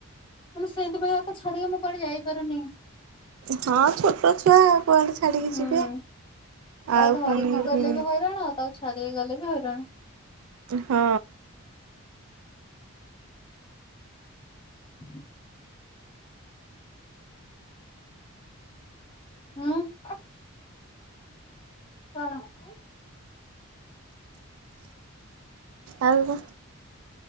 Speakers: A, on the left; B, on the right.
A: ମାନେ ସେଇଥିପାଇଁ ଆକୁ ଛାଡିକି ମୁଁ କୁଆଡେ ଯାଇପାରୁନି।
B: ହଁ ଛୋଟ ଛୁଆ କୁଆଡେ ଛାଡିକି
A: ହୁଁ
B: ଯିବେ
A: ତାକୁ
B: ଆଉ
A: ଧରିକି
B: ପୁଣି ହେ?
A: ଗଲେ ବି ହଇରାଣ ତାକୁ ଛାଡିକି ଗଲେ ବି ହଇରାଣ।
B: ହଁ।
A: <inaudible> ହୁଁ। କଣ? ହଁ
B: ଆଉ